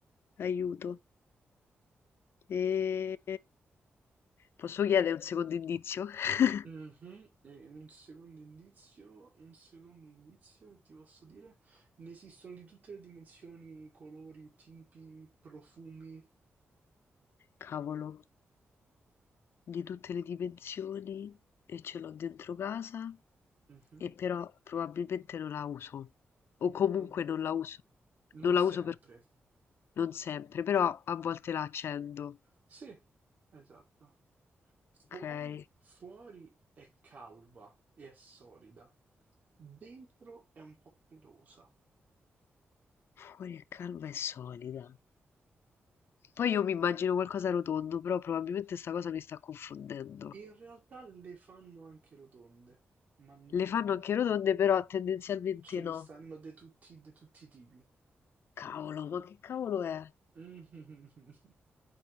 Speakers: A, on the left; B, on the right.
A: aiuto. E... Posso chiedere un secondo indizio? <laughs>
B: Mh-mh, e un secondo indizio un secondo indizio che ti posso dire, ne esistono di tutte le dimensioni, colori, tipi, profumi.
A: Cavolo, di tutte le dimensioni e ce l'ho dentro casa
B: Mh-mh,
A: e però probabilmente non la uso. O comunque
B: pro
A: non la uso.
B: non
A: Non la
B: sempre.
A: uso per Non sempre, però a volte la accendo.
B: Sì, esatto. Fuori
A: Okay.
B: fuori è calva e è solida, dentro è un po' pelosa.
A: Fuori è calma e solida. Poi io mi immagino qualcosa rotondo, però probabilmente sta cosa mi sta confondendo.
B: In realtà le fanno anche rotonde, ma, mhmm,
A: Le fanno anche rotonde, però tendenzialmente
B: ce ne
A: no.
B: stanno de tutti de tutti i tipi.
A: Cavolo, ma che cavolo è?
B: Mh-mh-mh-mh.